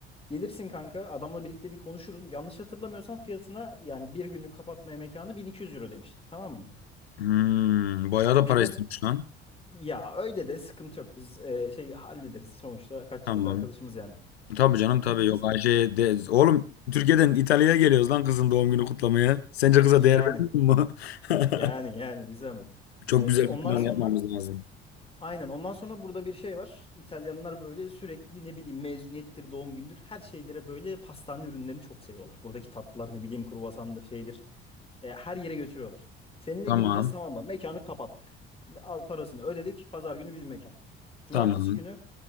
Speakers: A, on the left (about 20°); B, on the left (about 80°).
A: Gelirsin kanka adamla birlikte bir konuşuruz. Yanlış hatırlamıyorsam fiyatına yani bir günlük kapatmaya mekanı 1200 euro demişti tamam mı?
B: Hmm. Bayağı da para
A: Bir de
B: istemiş lan.
A: ya öyle de sıkıntı yok biz e, şey hallederiz sonuçta kaç
B: Tamam.
A: yıllık arkadaşımız yani.
B: Tabii canım tabii
A: Gideceğiz.
B: yok Ayşe'ye de... Oğlum Türkiye'den İtalya'ya geliyoruz lan kızın doğum günü kutlamaya. Sence kıza
A: Yani
B: değer vermiyor mu? <laughs>
A: yani yani bir zahmet.
B: Çok
A: E,
B: güzel
A: işte ondan
B: bir plan
A: sonra
B: yapmamız lazım.
A: Aynen. Ondan sonra burada bir şey var. İtalyanlar böyle sürekli ne bileyim mezuniyettir, doğum gündür her şeylere böyle pastane ürünlerini çok seviyorlar. Buradaki tatlılar ne bileyim kruvasandır şeydir. E, her yere götürüyorlar. Seninle
B: Tamam.
A: gideceğiz tamam mı? Mekanı kapattık. Al parasını ödedik. Pazar günü bizim mekan. Cumartesi
B: Tamam.
A: günü